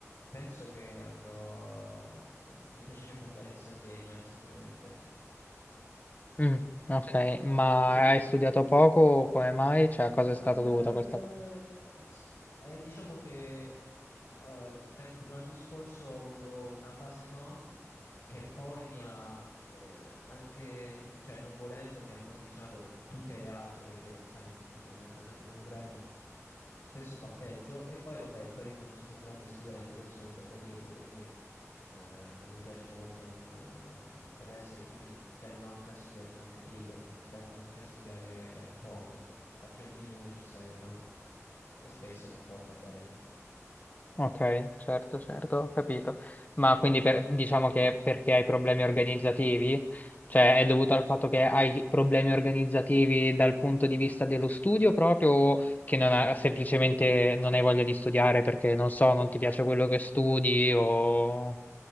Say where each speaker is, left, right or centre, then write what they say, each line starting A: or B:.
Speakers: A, on the left; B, on the left.
A: penso che andrò, eh, mi piacerebbe andare in Sardegna sicuramente.
B: Mm, ok, ma
A: Tu?
B: hai studiato poco? Come mai? Cioè, a cosa
A: Eh,
B: è stata dovuta questa cosa?
A: ins- eh, diciamo che eh, tem- l'anno scorso ho avuto una fase no, che poi mi ha eh, anche, no- cioè non volendo, mi ha condizionato tutte le altre perché, sai, uno tenta sempre di recuperare, ma spesso fa peggio. E poi, vabbè, poi io non sono un grande studente, questo c'è da dirlo, quindi eh, non mi piace molto, non, non mi interessa e quindi tendo anche a studiare, sono anche pigro, quindi tendo anche a studiare poco faccio il minimo necessario, diciamo, e spesso non porta bene.
B: Ok, certo, certo, ho capito. Ma quindi per- diciamo che perché hai problemi organizzativi? Cioè è dovuto al fatto che hai problemi organizzativi dal punto di vista dello studio proprio o che non ha- semplicemente non hai voglia di studiare perché non so, non ti piace quello che studi o